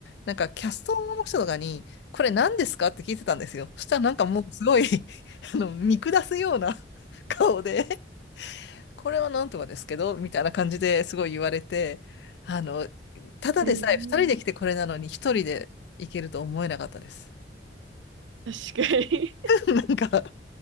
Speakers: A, on the left; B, on the right.
A: なんかキャストの人とかに、これ何ですかって聞いてたんですよ。そしたらなんかもうすごい <laughs> あの、見下すような <laughs> 顔で、これはなんとかですけど、みたいな感じですごい言われて、あの、ただでさえ2人で来てこれなのに1人で行けると思えなかったです。
B: えー、確かに
A: <laughs> なんか